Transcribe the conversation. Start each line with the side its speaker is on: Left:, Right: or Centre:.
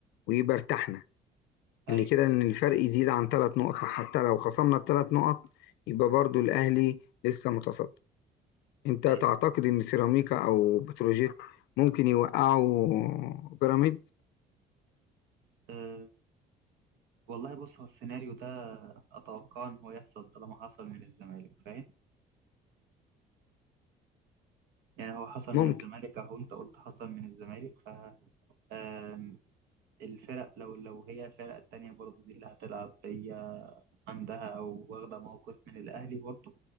Left: ويبقى ارتحنا
Right: ايوه
Left: ان كده ان الفرق يزيد عن ثلاث نقط فحتى لو خصمنا الثلاث نقط يبقى برضو الاهلي لسه متصدر انت
Right: ايوه
Left: تعتقد ان سيراميكا او بتروجيت ممكن يوقعوا بيراميدز
Right: أه... والله بص هو السيناريو ده اتوقع ان هو يحصل طالما حصل من الزمالك فاهم يعني هو حصل
Left: ممكن
Right: من الزمالك اهو انت قلت حصل من الزمالك ف آم، الفرق لو لو هي الفرق التانية برضو دي اللي هتلعب هي عندها او واخدة موقف من الاهلي برضو